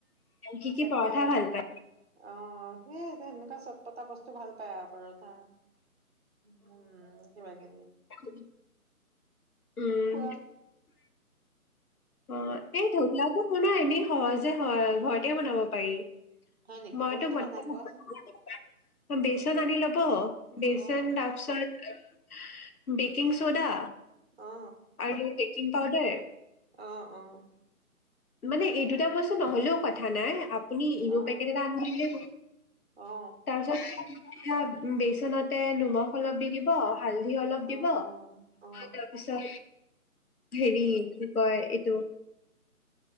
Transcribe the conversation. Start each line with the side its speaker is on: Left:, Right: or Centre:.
Left: কি কি
Right: তাকে
Left: পৰঠা ভাল পায়
Right: অহ এই তেনেকোৱা চট পতা বস্তু ভাল পায় আও পৰঠা উম কিবা কিব
Left: উ উম
Right: কোৱা
Left: অ এই ধকলাটো শুনা এনেই সহজে ঘৰতে বনাব পাৰি
Right: হয় নেকি
Left: মইতো
Right: কেনেকে
Left: বনাই
Right: কোৱাচোন
Left: থাকোঁ বেচন
Right: উম
Left: আনি লব বেচন
Right: অ
Left: তাৰপিছত বেকিং ছ'ডা
Right: অ অ
Left: আৰু বেকিং পাউদাৰ
Right: অঁ অঁ
Left: মানে এই দুটা বস্তু নহ'লেও কথা নাই আপুনি ই'ন'
Right: অ
Left: পেকেট এটা আনিলে হল
Right: অ অ
Left: তাৰপিচত সেয়া বেচনতে নিমখ অলপ দি দিব হালধি অলপ দিব
Right: অ অ অ অ
Left: তাৰপিছত হেৰি কয় এইটো